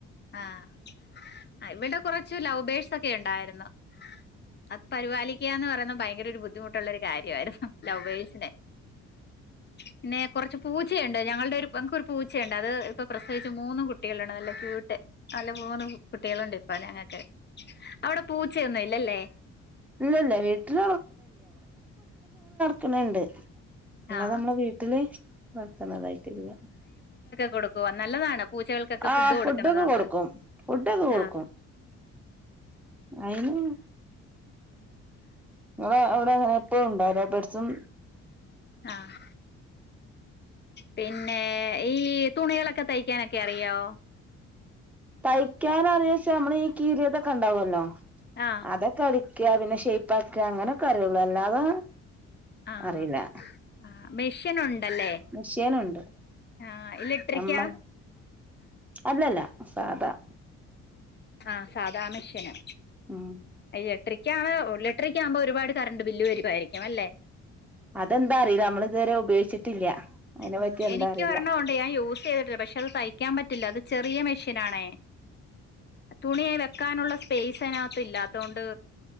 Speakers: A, on the left; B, in the centre.
A: ആഹ് ഇവിടെ കൊറച്ചു ലൗബേഴ്സ് ഒക്കെ ഉണ്ടായിരുന്നു അത് പരിപാലിക്കുക എന്ന് പറയുന്ന ഭയങ്കരൊരു ബുദ്ധിമുട്ടുള്ളരു കാര്യായിരുന്നു. ലവ്വേഴ്സിന്റെ പിന്നെ കുറച്ച് പൂച്ചയുണ്ട് ഞങ്ങളുടെ ഒരു ങ്ങക്ക് ഒരു പൂച്ചയുണ്ട് അത് ഇപ്പൊ പ്രസവിച്ചു മൂന്നു കുട്ടികളാണ് നല്ല ക്യൂട്ട് നല്ല മൂന്ന് കു കുട്ടികളുണ്ട് ഇപ്പൊ ഞങ്ങക്ക് അവിടെ പൂച്ചയൊന്നും ഇല്ലല്ലേ
B: ഇല്ലല്ല വീട്ടില് വരണണ്ട് അല്ലാതനമ്മള
A: ആഹ്
B: വീട്ടില് വളർത്തണതായിട്ടില്ല
A: കൊടുക്കുവാ നല്ലതാണ് പൂച്ചകൾക്കൊക്കെ
B: ആഹ്
A: ഫുഡ് കൊടുക്കണത്
B: ഫുഡൊക്കെ
A: നമ്മള്
B: കൊടുക്കും ഫുഡൊക്കെ കൊടുക്കും
A: ആ
B: അയിന് ഇള അവിടെഅവിടെ എപ്പോഴും ഉണ്ടാവും ലൗബിഡ്സും
A: ആഹ് പിന്നേ ഈ തുണികളൊക്കെ തയ്ക്കാനൊക്കെ അറിയോ
B: തയ്ക്കാനറിയ പക്ഷെ നമ്മളെ ഈ കീറീതൊക്കെണ്ടാവല്ലോ
A: ആഹ്
B: അതൊക്കെ അടി ക്ക പിന്നെ ഷെയ്പാക്കാ അങ്ങനൊക്കെറിയുള്ളൂ അല്ലാതെ
A: ആഹഹ
B: അറിയില്ല
A: ആ മെഷ്യൻ ഉണ്ടല്ലേ
B: മിഷീനുണ്ട്
A: ആ ഇലക്ട്രിക്ക്യാ
B: അമ്മ അല്ലല്ല സാധാ
A: ആഹ് സാദാ മഷ്യനാ
B: ഉം
A: ഇലട്രിക്കാണ് ഒര് ഇലട്രിക്കാവുമ്പോ ഒരുപാട് കറണ്ട് ബില്ല് വരുവായിരിക്കും അല്ലേ
B: അതെന്താ അറിയില്ല നമ്മള് ഇതുവരെ ഉപയോഗിച്ചിട്ടില്ല അതിനെ
A: ഉം
B: പറ്റി എന്താ
A: എനിക്ക്
B: അറിയില്ല
A: ഒരെണണ്ട് ഞാൻ യൂസ് ചെയ്തിട്ടില്ല പക്ഷെ അത് തയ്ക്കാൻ പറ്റില്ല അത് ചെറിയ മെഷീനാണേ തുണിയായി വെക്കാനുള്ള സ്പേസ് അതിനകത്ത് ഇല്ലാതോണ്ട്